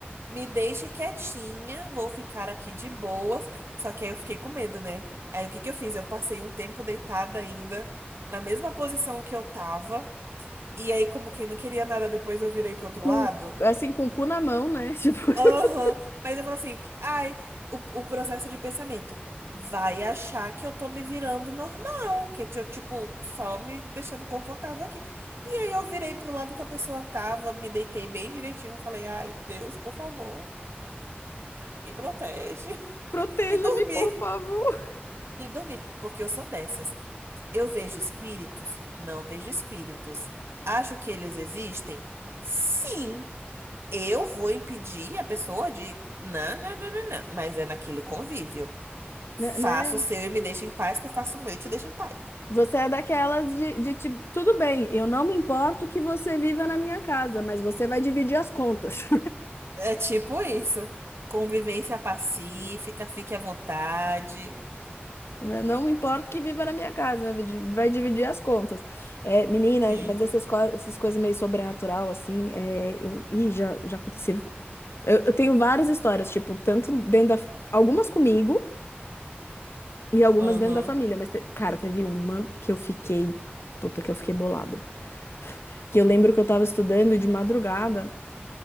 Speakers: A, on the right; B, on the left.
A: Me deixe quietinha, vou ficar aqui de boas. Só que aí eu fiquei com medo, né? Aí o que que eu fiz? Eu passei um tempo deitada ainda, na mesma posição que eu tava. E aí, como quem não queria nada, depois eu virei pro outro
B: com,
A: lado.
B: assim, com o cu na mão, né? Tipo, <laughs>
A: Aham, Mas eu falo assim, ai, o, o processo de pensamento vai achar que eu tô me virando normal, que eu, tipo, só me deixando confortável aqui. E aí eu virei pro lado que a pessoa tava, me deitei bem direitinho, falei, ai, Deus, por favor, me protege. <laughs>
B: proteja-me,
A: E dormi,
B: por favor,
A: e dormi, porque eu sou dessas. Eu vejo espíritos? Não vejo espíritos. Acho que eles existem? Sim. Eu vou impedir a pessoa de. Não, não, não, não, não. Mas é naquele convívio. Faça
B: né? né?
A: o seu e me deixa em paz, que eu faço o meu e te deixo em paz.
B: Você é daquelas de, de tipo, tudo bem, eu não me importo que você viva na minha casa, mas você vai dividir as contas.
A: É tipo isso. Convivência pacífica, fique à vontade.
B: <laughs> né? Não me importo que viva na minha casa, vai di- vai dividir as contas. É, menina,
A: Sim.
B: mas essas, co- essas coisas meio sobrenatural, assim, é, eu, ih, já, já aconteceu. Eu, eu tenho várias histórias, tipo, tanto dentro da, algumas comigo. E algumas
A: Aham.
B: dentro da família, mas, te- cara, teve uma que eu fiquei, puta, que eu fiquei bolada. Que eu lembro que eu tava estudando de madrugada